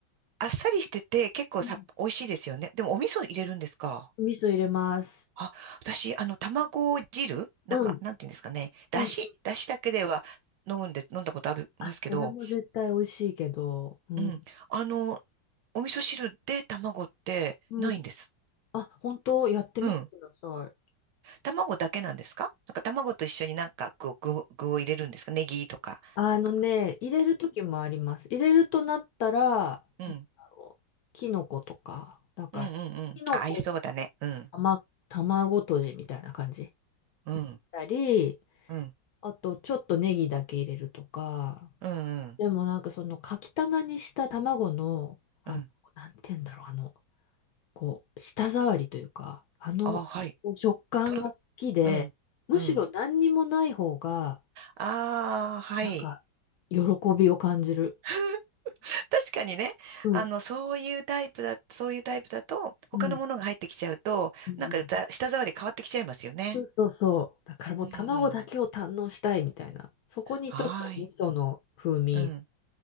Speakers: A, on the right; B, on the left.
A: あっさりしてて、結構さ、
B: うん
A: 美味しいですよね。でも、お味噌入れるんですか
B: お味噌入れます。
A: あ、私、あの、卵汁なんか、
B: うん。
A: なんていうんですかね。だしだしだけでは飲むんで、
B: うん。
A: 飲んだことありますけど、
B: あ、それも絶対美味しいけど。うん。
A: うん。あの、お味噌汁で卵ってないんです。
B: うん。あ、本当やってみてください。
A: うん卵だけなんですかなんか卵と一緒になんかこう具を、具を入れるんですかネギとか。なんか、
B: あのね、入れる時もあります。入れるとなったら、あ
A: うん、うん、
B: のキノコとか、だから、
A: うん、うん、うん。
B: キノコの
A: あ、合いそうだね。うん、
B: 卵、卵とじみたいな感じし
A: うん、
B: たり、
A: うん、
B: あとちょっとネギだけ入れるとか、
A: うん、うん、
B: でもなんかそのかきたまにした卵の、あの、
A: うん。
B: なんて言うんだろう、あの、こう、舌触りというか、あの
A: あ、はい。
B: 食感が好きで、
A: とろ、うん、
B: むしろ何にもない方が、
A: うん。ああ、はい。
B: なんか、喜びを感じる。
A: <laughs> 確かにね、
B: うん。
A: あの、そういうタイプだ、そういうタイプだと、他のものが入ってきちゃうと、
B: うん。うん
A: なんかざ舌触り変わってきちゃいますよね。
B: そうそうそう。だからもう卵だけを堪能したいみたいな。
A: うん、うん。
B: そこにちょっと味噌の風味
A: はーい。うん。